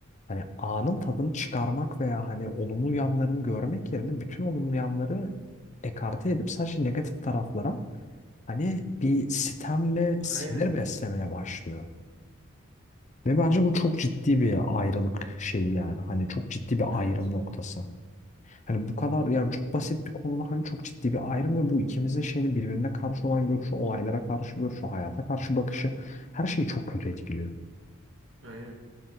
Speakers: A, on the left; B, on the right.
A: hani anın tadını çıkarmak veya hani olumlu yanlarını görmek yerine bütün olumlu yanları ekarte edip sadece negatif taraflara hani bir sitem ve
B: Aynen.
A: sinir beslemeye başlıyor. Ve bence bu çok ciddi bir ayrılık şeyi yani. Hani çok ciddi bir
B: Evet.
A: ayrım noktası. Hani bu kadar yani çok basit bir konuda hani çok ciddi bir ayrım ve bu ikimizin şeyini birbirine karşı olan görüşü, olaylara karşı görüşü, hayata karşı bakışı her şeyi çok kötü etkiliyor.
B: Aynen.